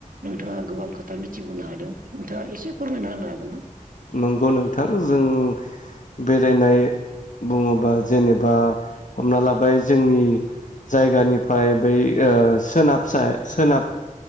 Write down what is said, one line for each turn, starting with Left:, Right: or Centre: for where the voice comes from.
Right: नोंथाङा गोबां खोथा। मिथिबोनो हादों नोंथाङा एसे फोरमायना होनो हागोन ना?
Left: नंगौ नोंथां जों बेरायनाय बुङोबा जेनेबा हमना लाबाय जोंनि जायगानिफ्राय बै ओ सोनाब सा सोनाब